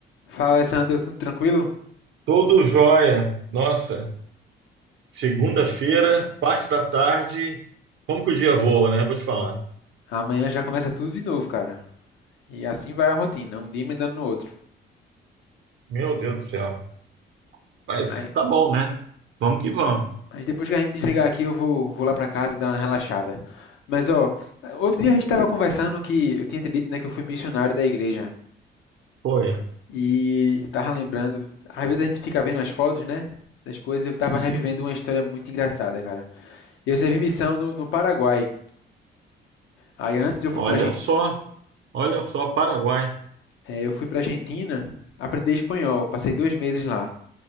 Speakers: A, on the left; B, on the right.
A: Fala, Alessandro, tudo tranquilo?
B: Tudo jóia. Nossa, segunda-feira, parte da tarde. Como que o dia voa, né? Vou te falar.
A: Amanhã já começa tudo de novo, cara. E assim vai a rotina, um dia emendando no outro.
B: Meu Deus do céu. Mas
A: Aí-
B: tá bom, né? Vamos que vamos.
A: Mas, depois que a gente desligar aqui, eu vou, vou lá pra casa dar uma relaxada. Mas, ó, outro dia a gente tava conversando que eu tinha te dito, né, que eu fui missionário da igreja.
B: Foi.
A: E tava lembrando, às vezes a gente fica vendo as fotos, né, das coisas, eu tava revivendo uma história muito engraçada, cara. Eu servi missão no, no Paraguai. Aí antes eu fui
B: Olha
A: pra, Argen-
B: só, olha só, Paraguai.
A: eh, eu fui pra Argentina aprender espanhol, passei dois meses lá.